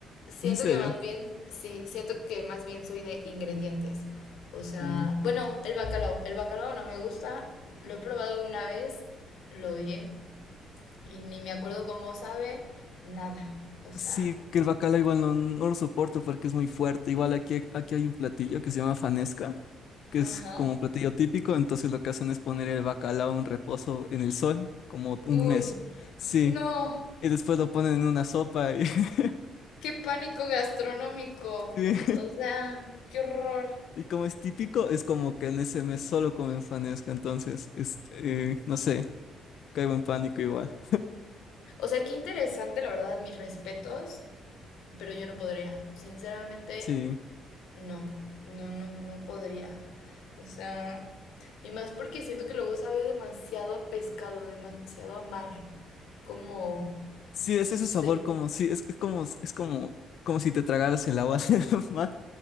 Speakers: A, on the left (about 85°); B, on the left (about 60°).
A: Siento
B: ¿En serio?
A: que más bien, sí, siento que más bien soy de ingredientes. O sea,
B: Mm,
A: bueno, el bacalao. El bacalao no me gusta. Lo he probado una vez, lo odié. Y ni me acuerdo cómo sabe nada. O sea,
B: sí, que el bacala igual no, no lo soporto porque es muy fuerte. Igual aquí, aquí hay un platillo que se llama fanesca, que
A: ajá.
B: es como un platillo típico. Entonces lo que hacen es poner el bacalao en reposo en el sol, como un
A: Uy,
B: mes. Sí,
A: no,
B: y después lo ponen en una sopa. Y, <laughs>
A: qué pánico gastronómico.
B: sí.
A: O sea, qué horror.
B: Y como es típico, es como que en ese mes solo comen fanesca. Entonces, es, eh, no sé, caigo en pánico igual.
A: O sea, qué interesante, la verdad, mis respetos, pero yo no podría. Sinceramente,
B: Sí.
A: no, no, no, no podría. O sea, y más porque siento que luego sabe demasiado a pescado, demasiado a mar. Como,
B: Sí, es
A: no
B: ese
A: sé.
B: sabor como sí, es, es como es como como si te tragaras el agua <laughs> del mar,